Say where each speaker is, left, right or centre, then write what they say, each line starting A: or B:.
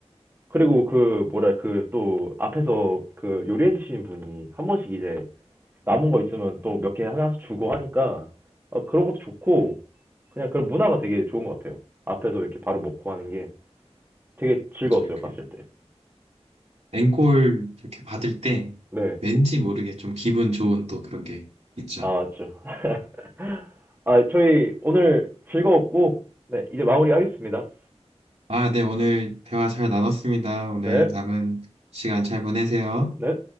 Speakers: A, on the right; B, on the right.
A: 그리고 그 뭐랄 그 또 앞에서 그 요리해 주시는 분이 한 번씩 이제 남은 거 있으면 또 몇 개 하나씩 주고 하니까 어, 그런 것도 좋고 그냥 그런 문화가 되게 좋은 것 같아요. 앞에서 이렇게 바로 먹고 하는 게 되게 즐거웠어요,
B: 맞아요. 그
A: 갔을 때.
B: 앵콜 이렇게 받을 때
A: 네.
B: 왠지 모르게 좀 기분 좋은 또 그런 게 있죠.
A: 아, 맞죠. <laughs> 아, 저희 오늘 즐거웠고, 네, 이제 마무리하겠습니다.
B: 아, 네, 오늘 대화 잘 나눴습니다. 오늘
A: 네,
B: 남은 시간 잘 보내세요.
A: 네.